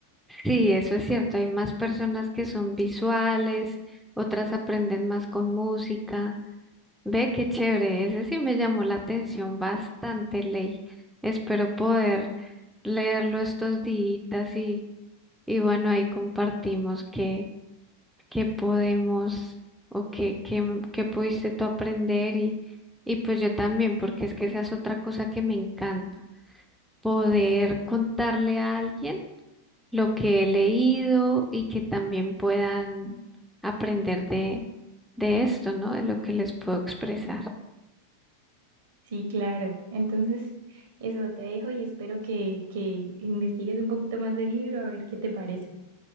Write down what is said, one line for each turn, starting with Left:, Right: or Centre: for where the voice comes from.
Centre: Sí, eso es cierto. Hay más personas que son visuales, otras aprenden más con música. Ve qué chévere, ese sí me llamó la atención bastante, Ley. Espero poder leerlo estos días y, y bueno, ahí compartimos qué, qué podemos o qué, qué, m- qué pudiste tú aprender y, y pues yo también, porque es que esa es otra cosa que me encanta, poder contarle a alguien lo que he leído y que también puedan aprender de, de esto, ¿no? De lo que les puedo expresar.
Right: Sí, claro. Entonces, eso te dejo y espero que, que investigues un poquito más del libro a ver qué te parece.